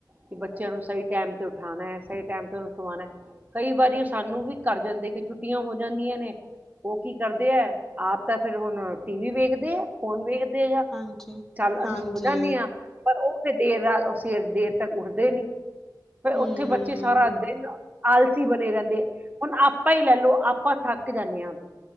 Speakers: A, on the right (about 20°); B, in the centre.
A: ਕਿ ਬੱਚਿਆਂ ਨੂੰ ਸਹੀ ਟਾਈਮ ਤੇ ਉਠਾਉਣਾ ਹੈ, ਸਹੀ ਟਾਈਮ ਤੇ ਉਹਨੂੰ ਸਵਾਉਣਾ ਕਈ ਵਾਰੀ ਸਾਨੂੰ ਵੀ ਕਰ ਜਾਂਦੇ ਕਿ ਛੁੱਟੀਆਂ ਹੋ ਜਾਂਦੀਆਂ ਨੇ। ਉਹ ਕੀ ਕਰਦੇ ਹੈ ਆਪ ਤਾਂ ਫਿਰ ਹੁਣ ਟੀ ਵੀ ਵੇਖਦੇ ਆ। ਫੌਨ ਵੇਖਦੇ ਆ ਆ
B: ਹਾਂਜੀ,
A: ਚੱਲ ਅਸੀਂ
B: ਹਾਂਜੀ।
A: ਸੋ ਜਾਦੇ ਹਾਂ। ਪਰ ਉਹ ਫਿਰ ਦੇਰ ਰਾਤ ਅਂ ਦੇਰ ਤੱਕ ਉੱਠਦੇ ਨੇ। ਫ
B: ਹੂੰ,
A: ਉੱਥੇ ਬੱਚੇ ਸਾਰਾ ਦਿਨ ਆਲ ਆਲਸੀ ਬਣੇ ਰਹਿੰਦੇ ਹੁਣ ਆਪਾਂ ਹੀ ਲੈ ਲਓ ਆਪਾਂ ਥੱਕ ਜਾਂਦੇ ਹਾਂ।